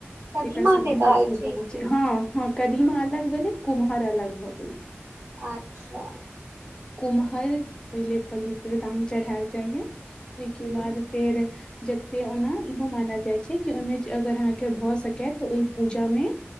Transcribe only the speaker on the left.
एक सब्जी
सब
छै हँ। कदीमा अलग में भेलै। कुम्हर अलग भ चलै
कुम्हर पहिले-पहिले बलि प्रदान चढ़ायल जाइ या। ओहिके
बाद फेर जते ओना इहो मानल जाइ छै कि ओहिमे अगर अहाँके भऽ सकय तऽ ओहि पूजामे